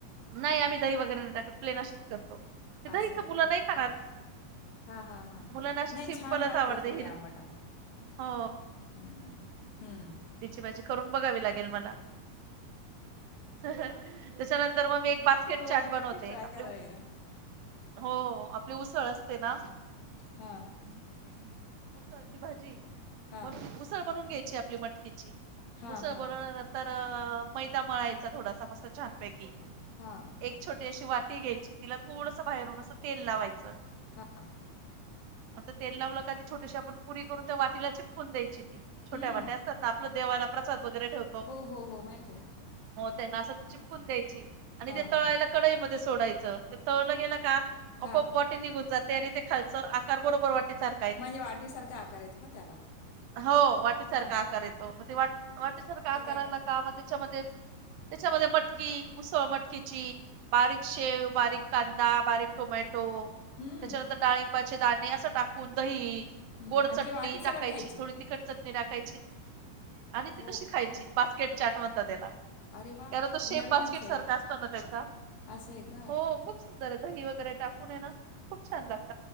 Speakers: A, on the right; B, on the left.
A: नाही आम्ही दही वगैरे नाही टाकत प्लेन अशीच करतो ते
B: असं
A: दहीच
B: आहे का?
A: मुलं नाही खाणार
B: हा हा हा हा
A: मुलांना अशी
B: नाही
A: सिम्पलच
B: छान लागते
A: आवडते
B: थोडे
A: हिर
B: आंबट आंबट
A: हो
B: हम्म हम
A: माझी करून बघावी लागेल मला त्याच्यानंतर मग मी एक बास्केट
B: हो
A: चाट
B: नक्कीच
A: बनवते
B: ट्राय
A: आपले
B: करा एकदा.
A: हो आपले उसळ असते ना
B: हां,
A: उसळची भाजी
B: हां,
A: ब उसळ बनून घ्यायची आपली मट
B: हां,
A: मुसळबरल्या
B: हां,
A: नंतर मैदा मळायचा थोडासा मस्त छानपैकी
B: हा
A: एक छोटी अशी वाटी घ्यायची तिला थोडस बाहेरून असं तेल लावायचं
B: हा हां
A: आ तेल लावलं का ती छोटीशी आपण पुरी करून त्या वाटीला चिपकून द्यायची ती छोट
B: हम्म.
A: वाट्या असतात ना आपल्या देवाना प्रसाद वगैरे ठेवो
B: हो हो हो माहिती आहे ना
A: हो त्यांना असं त चिपकून द्यायची आणि
B: हां,
A: ते
B: हां,
A: तळायला कडई सोडायचं ते तळलं गेलं का
B: हां.
A: आप निघून जाते आणि ते खालच आकार बरोबर वाटेार
B: म्हणजे वाटीसारखा आकार येतो का त्याला?
A: हो वाटे सारखा
B: हां, हां.
A: कय मग ते वा वाटे सर का
B: तर काय
A: करायला
B: करायचं?
A: का मग त्याच्यामध्ये त्याच्यामध्ये मटकी उसळ मटकीची बारीक शेव बारीक कांदा बारीक टोमॅटो
B: हम्म,
A: त्याच्यानंतर डाळिंबाचे दाणे असं टाकून दही
B: हं.
A: गोड
B: आणि
A: चटणी
B: ती वाटी सकट
A: टाकायची
B: खायची?
A: थोडी तट चटणी टाकायची आणि त
B: हो
A: तशी
B: का?
A: खायची बास्केट चाट म्हणत त्याला
B: अरे वाह!
A: त्याला तो शेप
B: मी नवीनच
A: बास्केट
B: आहे.
A: सारखा असतो ना त्याचा
B: असं आहे का?
A: हो खूप सुंदर आहे दही वगैरे टाकून ये ना खूप छान लागत